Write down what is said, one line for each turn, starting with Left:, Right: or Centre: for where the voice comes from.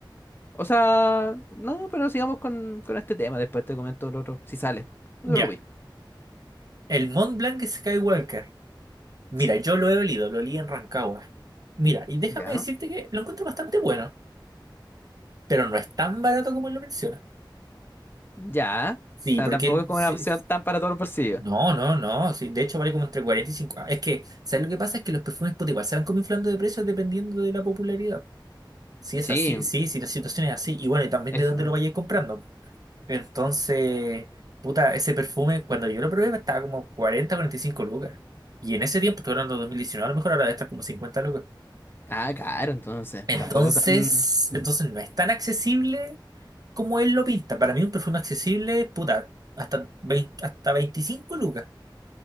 Left: o sea, no, pero sigamos con, con este tema. Después te comento el otro, si sale. No
Right: Ya,
Left: te preocupes.
Right: el Mont Blanc Skywalker. Mira,
Left: Sí.
Right: yo lo he olido, lo olí en Rancagua. Mira, y déjame
Left: Ya.
Right: decirte que lo encuentro bastante bueno, pero no es tan barato como él lo menciona.
Left: Ya.
Right: Sí,
Left: O sea,
Right: porque
Left: tampoco
Right: él-
Left: es como
Right: sí,
Left: una opción
Right: sí.
Left: tan para todos los bolsillos.
Right: no, no, no. sí, de hecho, vale como entre 40 y 50. Es que, ¿sabes lo que pasa? Es que los perfumes puta, igual se van como inflando de precios dependiendo de la popularidad. Si es
Left: Sí,
Right: así, sí, si la situación es así, y bueno, y también
Left: eso.
Right: de dónde lo vayas comprando. Entonces, puta, ese perfume, cuando yo lo probé, estaba como cuarenta cuarenta y cinco lucas. Y en ese tiempo, estoy hablando de dos mil diecinueve a lo mejor ahora debe estar como 50 lucas.
Left: Ah, claro, entonces.
Right: Entonces,
Left: Tampoco tan.
Right: entonces no es tan accesible como él lo pinta. Para mí, un perfume accesible, puta, hasta veinte hasta veinticinco lucas.